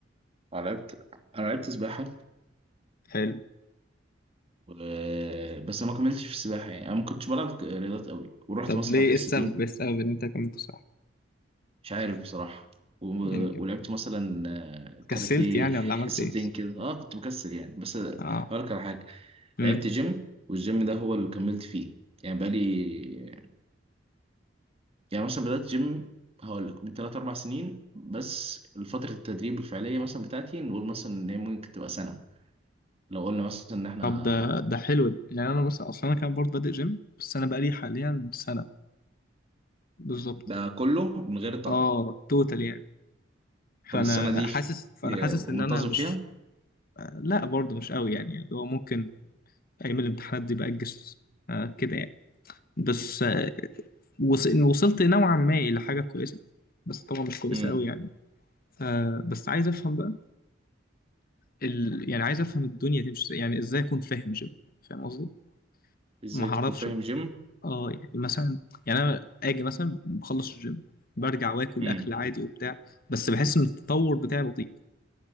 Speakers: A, on the right (about 30°); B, on the left (about 50°).
A: انا لعبت انا لعبت سباحه
B: حلو
A: و... بس أنا ما كملتش في السباحه يعني انا ما كنتش بلعب ك- رياضات قوي ورحت
B: طب
A: مثلا
B: ليه
A: حصتين
B: ايه السبب ايه السبب ان انت كملت صح
A: مش عارف بصراحه و...
B: يعني
A: ولعبت مثلا آه،
B: كسلت
A: كاراتيه
B: يعني ولا عملت
A: حصتين
B: ايه
A: كده اه كنت مكسل يعني بس هقول
B: اه
A: لك على حاجه
B: امم
A: لعبت جيم والجيم ده هو اللي كملت فيه يعني بقالي يعني مثلا بدأت جيم هقول لك من 3 4 سنين بس فترة التدريب الفعلية مثلا بتاعتي نقول مثلا ان هي ممكن تبقى سنة لو قلنا مثلا ان احنا
B: طب ده ده حلو ده يعني انا مثلا اصلا انا كان برضه بادئ جيم بس انا بقالي حاليا سنه بالظبط
A: ده كله من غير تقطع
B: اه توتال يعني
A: طب
B: فانا
A: السنة دي
B: حاسس فانا
A: إيه،
B: حاسس ان
A: منتظم
B: انا مش
A: فيها
B: آه، لا برضه مش قوي يعني اللي هو ممكن ايام الامتحانات دي باجز آه كده يعني بس آه وص... إن وصلت نوعا ما الى حاجه كويسه بس طبعا مش كويسه
A: امم
B: قوي يعني آه بس عايز افهم بقى ال... يعني عايز افهم الدنيا تمشي ازاي يعني ازاي اكون فاهم جيم فاهم قصدي
A: ازاي
B: ما
A: تكون
B: هعرفش
A: فاهم
B: بقى
A: جيم
B: اه يعني مثلا يعني انا اجي مثلا بخلص الجيم برجع واكل
A: امم
B: اكل عادي وبتاع بس بحس ان التطور بتاعي بطيء